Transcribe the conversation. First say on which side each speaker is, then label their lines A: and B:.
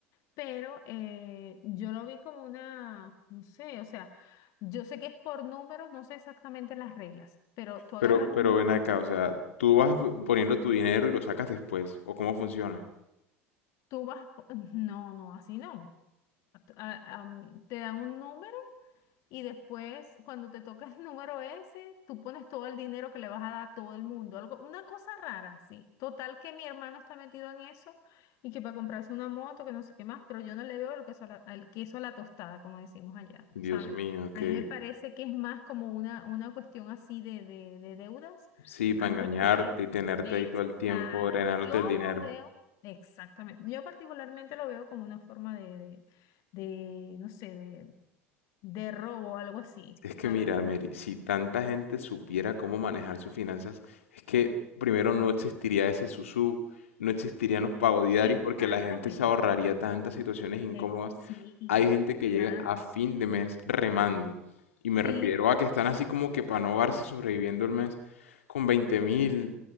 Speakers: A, on the left (about 50°); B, on the left (about 75°).
A: pero eh, yo lo vi como una, no sé, o sea, yo sé que es por números, no sé exactamente las reglas, pero tú agarras
B: Pero, Claro.
A: un
B: pero
A: número,
B: ven acá, o sea, tú vas p- poniendo tu dinero y lo sacas después, ¿o cómo funciona?
A: tú vas, po- <laughs> no, no, así no. A- a- am, te dan un número. Y después, cuando te toca el <laughs> número ese, tú pones todo el dinero que le vas a dar a todo el mundo. Algo, una cosa rara, sí. Total que mi hermano está metido en eso y que para comprarse una moto, que no sé qué más, pero yo no le veo el queso a la, el queso a la tostada, como decimos allá,
B: Dios
A: ¿sabes?
B: mío, que
A: A mí me parece que es más como una, una cuestión así de, de, de deudas
B: sí, para
A: antes
B: engañarte
A: que...
B: y tenerte
A: Exacto.
B: ahí todo el tiempo, drenándote
A: Yo
B: el dinero.
A: lo veo, exactamente. Yo particularmente lo veo como una forma de de- de, no sé, de, de robo, algo así,
B: Es
A: ¿sabes?
B: que mira,
A: ¿no?
B: Mary, si tanta gente supiera cómo manejar sus finanzas, es que primero no existiría ese susú, no existirían los pagos diarios
A: Exactamente.
B: porque la gente se ahorraría tantas situaciones incómodas.
A: Ex- sí,
B: Hay gente que
A: claro.
B: llega a fin de mes remando y me
A: Sí.
B: refiero a que están así como que para no ahogarse sobreviviendo el mes con 20 mil,